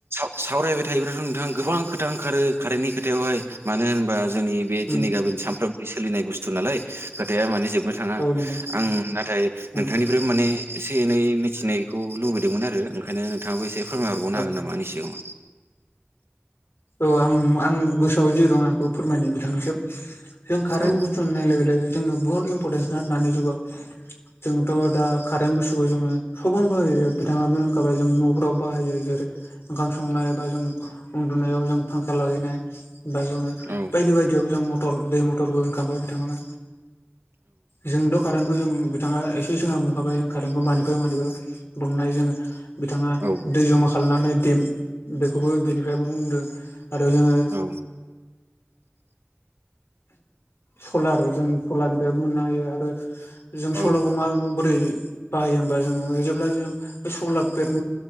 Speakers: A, on the right; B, on the left.
A: सावरायबाय थायोब्लाथ' नोंथाङा गोबां खोथा ओंखारो खारेन्टनि खोथायावहाय मानो होनबा जोंनि बे
B: उम
A: दिनै गाबोन सानफ्रामबो सोनाय बुसथु नालाय खोथाया माने जोबोद थाङा
B: औ नंगौ
A: आं नाथाय
B: उम
A: नोंथांनि बे माने एसे एनै मिथिनायखौ लुबैदोंमोन आरो ओखनो नोंथांङाबो एसेफोरमाय हरबावनो
B: औ
A: हागोन नामा आंनि सिगाङाव
B: औ आं आं गोसोआव जे दं आंखौ फोरमायनो बिथांनिसिम जों कारेन
A: औ
B: बुसथुखौ सनाय लोगो लोगो जोंनो बुहुत इमपरटेन्स दानि जुगाव जोंथ' दा कारेन्ट बुसथुखौ जोङो सबनो बाहायो बिथाङाांखाबाय जों न'फोराव बाहायो जेरै ओंखाम संनाय एबा जों नायाव जों फांखा लागायनाय बा जोङो
A: औ
B: बायदि बायदियाव जों मटर दै मटरबो ओंखखारबाय बिथांमोना जोंथ' खारेन् खौ जों बिथाङा एसे सिोंहा मखाबाय जों कारेन्टखौ मानिफ्राय मानि बुंनाय जोङो बिथाङा
A: औ
B: दै जमा खालामनानै देम बेखौबो बेनिफ्रायबो बुंदों आरो जोङो
A: औ
B: सलार जों सलारनिफ्राय मोननो हायो आरो जों
A: औ
B: सलारखौ माबोरै बाहायो होमबा जोङो जेब्ला जों बे सलार पेट